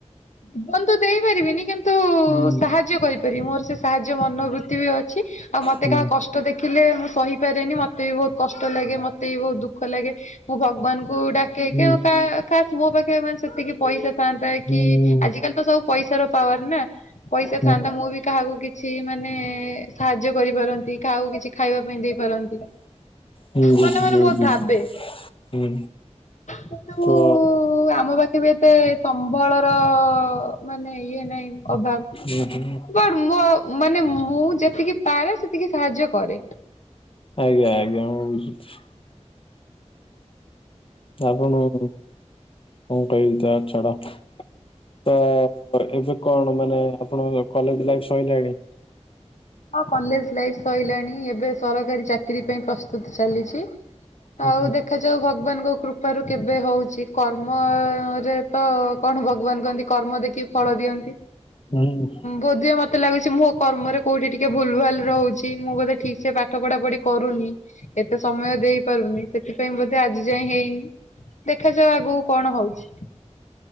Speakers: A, on the left; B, on the left.
A: ଜୀବନ ତ ଦେଇପାରିବିନି କିନ୍ତୁ
B: ହୁଁ।
A: ସାହାଯ୍ୟ କରିପାରିବି ମୋର ସେ ସାହାଯ୍ୟ ମନୋବୃତି ବି ଅଛି ଆଉ ମତେ
B: ହୁଁ
A: କାହା କଷ୍ଟ ଦେଖିଲେ ମୁଁ ସହି ପାରେନି ମତେ ବି ବହୁତ କଷ୍ଟ ଲାଗେ ମତେ ବି ବହୁତ ଦୁଃଖ ଲାଗେ। ମୁଁ ଭଗବାନଙ୍କୁ ଡାକେଇକ
B: ହୁଁ ହୁଁ
A: ଖାସ ମୋ ପାଖେ ମେ ସେତିକି ପଇସା ଥାଆନ୍ତା
B: ହୁଁ
A: କି ଆଜିକାଲି ତ ସବୁ ପଇସାର ପାୱାର ନା ପଇସା
B: ହୁଁ
A: ଥାଆନ୍ତା ମୁଁ ବି କାହାକୁ କିଛି ଛି ମାନେ ସାହାଯ୍ୟ କରିପାରନ୍ତି। କାହାକୁ କିଛି ଖାଇବା ପାଇଁ ଦେଇପାରନ୍ତି।
B: ହୁଁ ବୁଝୁଛି
A: ମନେ ମନେ
B: ବୁଝୁଛି
A: ବହୁତ ଭାବେ
B: ହୁଁ
A: କିନ୍ତୁ
B: ତ
A: ଆମ ପାଖେ ବି ଏତେ ସମ୍ବଳର ମାନେ ଇଏ ନାଇଁ ଅଭାବ।
B: ହୁଁ ହୁଁ
A: ବଟ ମୋ ମାନେ ମୁଁ ଯେତିକି ପାରେ ସେତିକି ସାହାଯ୍ୟ କରେ।
B: ଆଜ୍ଞା ଆଜ୍ଞା। <inaudible> ଆପଣ <inaudible> କଣ କହିବି ଯ ଛାଡ । ତ ଏବେ କଣ ମାନେ ଆପଣ କଲେଜ ଲାଇଫ ସଇଲାଣି?
A: ହଁ କଲେଜ ଲାଇଫ ସଇଲାଣି ଏବେ ସରକାରୀ ଚାକିରି ପାଇଁ ପ୍ରସ୍ତୁତ୍ ଚାଲିଚି।
B: ହୁଁ
A: ଆଉ ଦେଖାଯାଉ ଭଗବାନଙ୍କ କୃ ପାରୁ କେବେ ହଉଛି କର୍ମରେ ତ କଣ ଭଗବାନ କହନ୍ତି କର୍ମ ଦେଖି ଫଳ ଦିଅ
B: ହୁଁ
A: ବୋଧେ ମତେ ଲାଗୁଚି ମୋ କର୍ମରେ କୋଉଠି ଟିକେ ଭୁଲ ଭାଲ୍ ରହୁଚି ମୁଁ ବୋଧେ ଠିକ୍ ସେ ପାଠ ପଢା ପଢି କରୁନି ଏତେ ସମୟ ଦେଇପାରୁନି ସେଥିପାଇଁ ବୋଧେ ଆଜି ଯାଏଁ ହେଇନି ଦେଖାଯାଉ ଆଗକୁ କଣ ହଉଚି?